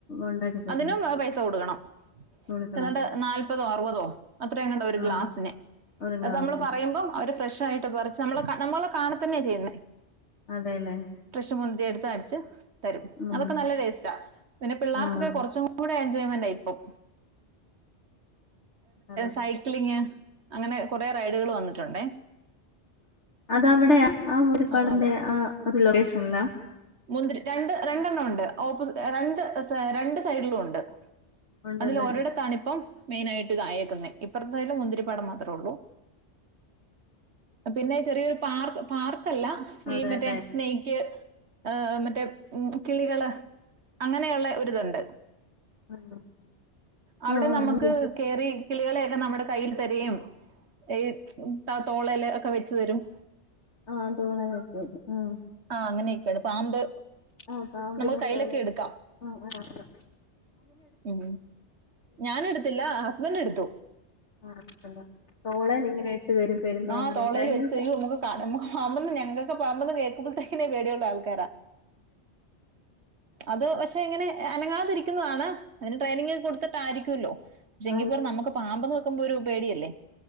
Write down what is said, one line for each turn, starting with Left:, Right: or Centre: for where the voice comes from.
Left: ഉണ്ടാക്കി തരുവ
Right: അതിനും പൈസ കൊടുക്കണം
Left: കൊടുക്കണം
Right: ഏതാണ്ട് നാല്പതോ അറുപതോ അത്ര എങ്ങാണ്ടാ ഒരു
Left: ആഹ്
Right: ഗ്ലാസിന്
Left: ഒരു ഗ്ലാസ്
Right: അത് നമ്മൾ പറ പറയുമ്പ അവര് ഫ്രഷ ആയിട്ട് പറിച്ച് നമ്മ നമ്മളെണ കാണ തന്നെയാ ചെയ്യുന്നേ.
Left: അതെല്ലേ.
Right: ഫ്രഷ് മുന്തിരി എടുത്ത് അടിച്ച് തരും
Left: ആഹ്
Right: അതൊക്കെ നല്ല ടേസ്റ്റാ പിന്നെ പിള്ളേർക്കൊക്കെ
Left: ആഹ്
Right: കുറച്ചും കൂടെ എൻജോയ്മെന്റ ഇപ്പം
Left: അതെ
Right: സൈക്ലിങ് അങ്ങനെ കുറെ റൈഡുകൾ വന്നിട്ടുണ്ടേ
Left: അതെവിടെയാ അ ഒരു കൊളന്തെ
Right: ആ അതെ
Left: ആ ഏത് ലൊക്കേഷനിലാ
Right: മുന്തിരി രണ്ട് രണ്ടെണ്ണം ഉണ്ട് ഓപ്പോസി രണ്ട് രണ്ട് സൈഡിലും ഉണ്ട്
Left: ഉണ്ടല്ലേ
Right: അതിൽ ഒരിടത്താണ് ഇപ്പം മെയിൻ ആയിട്ട് ഇതായേക്കുന്നത് ഇപ്പറത്തെസൈഡില് മുന്തിരിപ്പാടം മാത്രേ ഉള്ളൂ പിന്നെ ചെറിയൊരു പാർക്ക് പാർക്കല്ല
Left: അതെല്ലേ
Right: ഈ മറ്റേ സ്നേക്ക് മറ്റേ ഉ കിളികള് അങ്ങനെയുള്ള ഒരിതുണ്ട്
Left: ആ
Right: അവിടെ
Left: ആ
Right: നമ്മക്ക്
Left: അല്ല
Right: കേറി കിളികളെയൊക്കെ നമ്മടെ കയ്യിൽ തരികയും ഏ തോളേൽ ഒക്കെ വെച്ചു തരും
Left: ആഹ് തോളേല് വെച്ച് തരും അ
Right: ആഹ് അങ്ങനെയൊക്കെയാണ് പാമ്പ്
Left: ആഹ് പാമ്പിനെ
Right: നമുക്ക് കയ്യിലൊക്കെ
Left: തോളേല്ആഹ്
Right: എടുക്കാം
Left: ആഹ്
Right: ഉം ഞാനെടുത്തില്ല ഹസ്ബൻഡ് എടുത്തു
Left: ആഹ് തോളേൽ ഇങ്ങനെ ഇട്ട് തരും പെരുമ്പാമ്പിനെ
Right: ആഹ്തോളേൽ
Left: കഴിഞ്ഞ
Right: വെച്ച്തെരും
Left: ദിവസം
Right: നമ്മക്ക് കാണാൻ ഞങ്ങൾക്കെ പാമ്പ് ന്ന് കേൾക്കുമ്പോത്തന്നെ പേടിയുള്ള ആൾക്കാരാ അത് പഷ് പക്ഷെ എങ്ങനെ അനങ്ങാതിരിക്കുന്നതാണ് അതിന് ട്രെയിനിങ് കൊടുത്തിട്ടായിരിക്കല്ലോ പക്ഷെങ്കി
Left: ആ എനിക്ക്
Right: പോലും നമ്മക്ക് പാമ്പ് ന്ന് കേക്കുമ്പോ ഒരു പേടിയല്ലേ